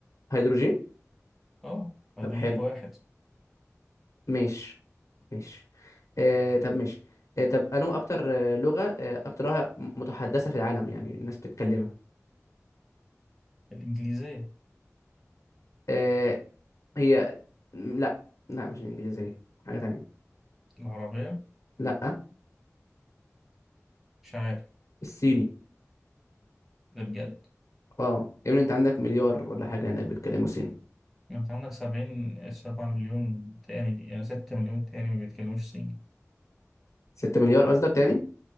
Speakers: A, on the left; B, in the centre.
A: هيدروجين
B: اه هيدروجين
A: طب حلو
B: بواحد
A: ماشي ماشي آه طب ماشي آه طب انو اكتر آه، لغة آه اكتر لغة متحدثة في العالم يعني الناس بتتكلمها
B: الإنجليزية
A: آه هي م، لا لا مش الانجليزية حاجة تانية
B: العربية
A: لا
B: مش عارف
A: الصيني
B: ده بجد
A: اه يعني انت عندك مليار ولا حاجة هناك بيتكلموا صيني
B: ما انت عندك سبعين سبعة مليون تاني يعني ستة مليون تاني ما بيتكلموش صيني
A: 6 مليار قصدك تاني